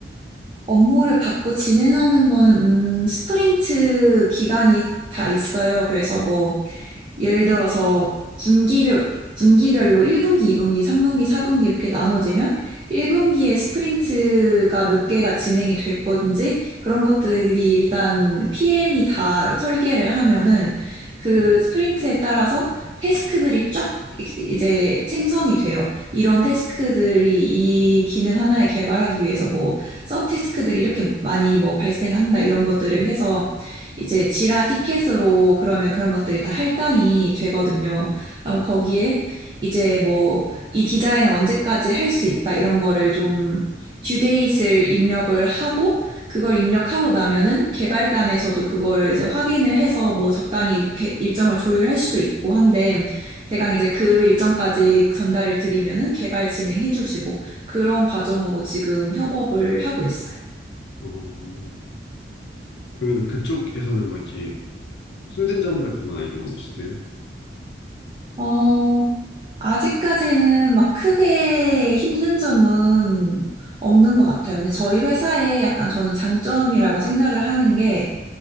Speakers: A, on the right (about 30°); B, on the left (about 75°).
A: 업무를 받고 진행하는 거는 음, 스프린트 기간이 다 있어요. 그래서 뭐 예를 들어서 분기별, 분기별로 1분기, 2분기, 3분기, 4분기 이렇게 나눠지면 1분기에 스프린트가 몇 개가 진행이 될 건지 그런 것들이 일단 PM이 다 설계를 하면은 그
B: 네.
A: 스프린트에 따라서 테스크들이 쫙 이제 생성이 돼요. 이런 테스크들이 이 기능 하나에 개발하기 위해서 뭐 서테스크들이 이렇게 많이 뭐 발생한다 이런 것들을 해서 이제 지라 티켓으로 그러면 그런 것들이 다 할당이 되거든요. 그럼 거기에 이제 뭐 이 디자인을 언제까지 할 수 있다 이런 거를 좀 듀데이트를 입력을 하고 그걸 입력하고 나면은 개발단에서도 그거를 이제 확인을 해서 뭐 적당히 이렇게 일정을 조율할 수도 있고 한데 대강 이제 그 일정까지 전달을 드리면은 개발 진행해 주시고 그런 과정으로 지금 협업을 하고 있어요.
B: 어, 그러면 그쪽에서는 뭐 이렇게 힘든 점 같은 거나 이런 건 없으세요?
A: 어, 아직까지는 막 크게 힘든 점은 없는 것 같아요. 근데 저희 회사에 약간 저는 장점이라고 생각을 하는 게,